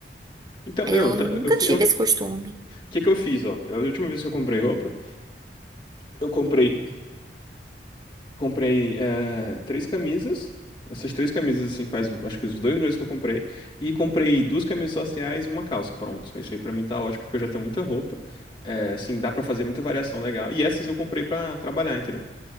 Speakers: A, on the left (about 25°); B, on the right (about 20°).
A: Então,
B: Eu
A: eu, ta-
B: nunca
A: eu, fi-
B: tive
A: eu, o
B: esse costume.
A: que que eu fiz, ó? A última vez que eu comprei roupa, eu comprei Comprei eh, três camisas. Essas três camisas, assim, faz acho que os dois meses que eu comprei. E comprei duas camisas sociais e uma calça. Pronto. Isso aí pra mim tá ótimo, porque eu já tenho muita roupa. Eh, assim, dá pra fazer muita variação legal. E essas eu comprei pra trabalhar, entendeu?